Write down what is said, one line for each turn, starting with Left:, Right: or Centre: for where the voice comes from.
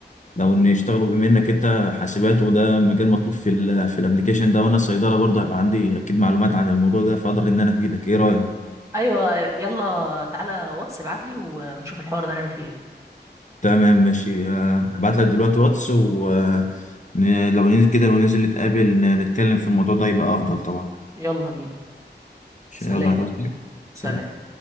Left: لو ان يشتغلوا بما انك انت حاسبات وده مجال مطلوب في ال في الابليكيشن ده وانا صيدله برضه هيبقى عندي اكيد معلومات عن الموضوع ده فاقدر ان انا افيدك ايه رايك
Right: ايوه يلا تعالى واتس ابعت لي ونشوف الحوار ده نعمل فيه ايه
Left: تمام ماشي آه، هبعت لك دلوقتي واتس ولو ننزل كده لو ننزل نتقابل ن- نتكلم في الموضوع ده يبقى افضل طبعا
Right: يلا بينا
Left: عشان
Right: سلام
Left: يلا هتوصل
Right: سلام
Left: سلام